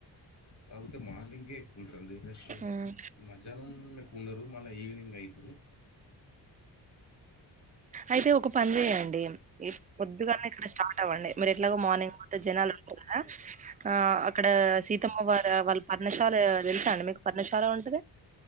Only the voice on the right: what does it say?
ఉమ్
అయితే ఒకప్ పర్లేదండి ఈ పొద్దుగాల్లె ఇక్కడ స్టార్ట్ అవ్వండి మరు ఎట్లాగో మార్నింగ్ పోతే జనాలు ఆ ఆ అక్కడ సీతమ్మ వారు వాళ్ళ పర్ణశాల తెలుసాండి మీకు పర్ణశాల ఆన్ అదే